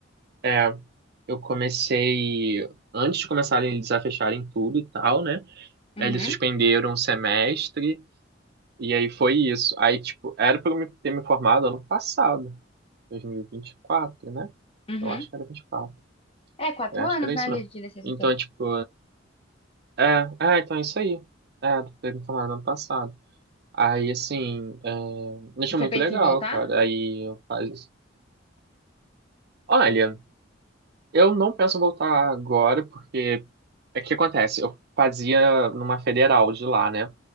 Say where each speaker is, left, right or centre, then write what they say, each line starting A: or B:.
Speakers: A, on the right; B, on the left.
A: é, eu comecei antes de começarem eles a fecharem tudo e tal, né?
B: Uhum,
A: Aí Eles suspenderam um semestre e aí foi isso. Aí, tipo, era pra eu me- ter me formado ano passado, dois mil e e vinte e quatro né?
B: uhum.
A: Eu acho que era vinte e quatro
B: É, quatro
A: Eu acho
B: anos,
A: que era
B: né,
A: isso
B: Liz,
A: mesmo.
B: de licenciatura.
A: Então, tipo, é, é, então é isso aí. É, ter me formado ano passado. Aí, assim, é, deixa
B: E você
A: muito
B: pensa
A: legal,
B: em voltar?
A: cara. Aí eu faço. Olha. Eu não penso voltar agora, porque é que acontece, eu fazia numa federal de lá, né?